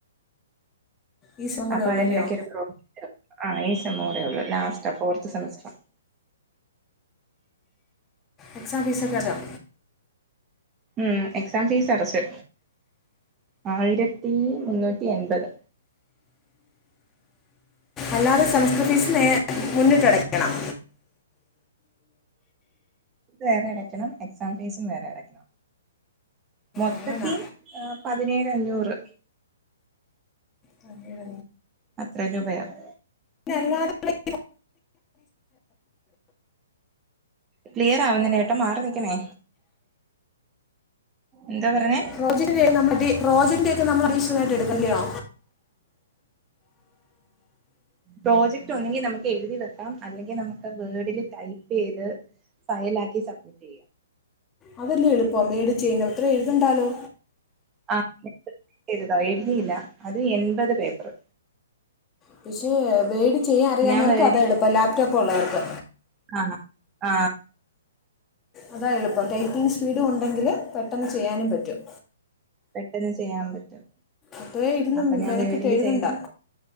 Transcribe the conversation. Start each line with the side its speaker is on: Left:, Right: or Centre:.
Left: ഈ സം കൂടെ
Right: അപ്പൊ
Left: ഉള്ളൂ
Right: അതി
Left: അല്ലയോ
Right: ഇടക്ക് ഒരു പ്രോജക്റ്റ് വെയ്ക്കണം ആഹ് ഈ സെമൂടെേ ഉള്ളൂ ലാസ്റ്റ് ഫോർത്ത് സെമസ്റ്റർ <inaudible>
Left: എക്സാം <unintelligible>
Right: ഉം എക്സാം ഫീസ് അടച്ചു ആയിരത്തി മുന്നൂറ്റി എൺപത്
Left: അല്ലാതെ സംസ്കൃതി നേ മുന്നിട്ടടയ്ക്കണം
Right: വേറെ അടക്കണം എക്സാം ഫീസും വേറെ അടക്കണം മൊത്തത്തിർ
Left: അങ്ങനെ
Right: പതിനേഴ് അഞ്ഞൂറ്
Left: പതിനേഴ്
Right: അത്രയും രൂപയാവും
Left: പിന്നല്ലാതെ അട
Right: ക്ലിയർ ആവുന്നില്ലാ ഏട്ടോ മാറി നിക്കണേ എന്താ പറഞ്ഞേ
Left: റോജിന്റെ നമ്മള് റോജിന്റെ ഒക്കെ നമ്മൾ അടിക്ഷണൽലായിട്ട് എടുക്കല്ലയോ
Right: പ്രോജക്റ്റ് ഒന്നെങ്കിൽ നമുക്ക് എഴുതി വെക്കാം അല്ലെങ്കിൽ നമുക്ക് വേഡില് ടൈപ്പ് ചെയ്ത് ഫയൽ ആക്കി സബ്മിറ്റ് ചെയ്യാ
Left: അതല്ലേ എളുപ്പം മേടിച്ച് കഴിഞ്ഞാ അത്രയും എഴുതണ്ടാലോ
Right: <unintelligible> എഴുതാം എഴുതിയില്ല അത് എൺപത് പേപ്പറ്
Left: പക്ഷെ വേഡ് ചെയ്യാൻ അറിയാന്നവർക്ക്
Right: ഞാൻ വേർഡിൽ
Left: അതാ എളുപ്പം ലാപ്ടോപ്പ് ഉള്ളവർക്ക്
Right: ആഹ് ആഹ്
Left: അതാ എളുപ്പം ടൈറ്റിങ് സ്പീഡും ഉണ്ടെങ്കില് പെട്ടെന്ന് ചെയ്യാനും പറ്റും
Right: പെട്ടെന്ന് ചെയ്യാൻ പറ്റും
Left: അത്രേ ഇരുന്ന്
Right: അപ്പൊ ഞാൻ
Left: മെനക്കെട്ട്
Right: വീടില്
Left: എഴുതണ്ട
Right: ചെയ്തട്ട്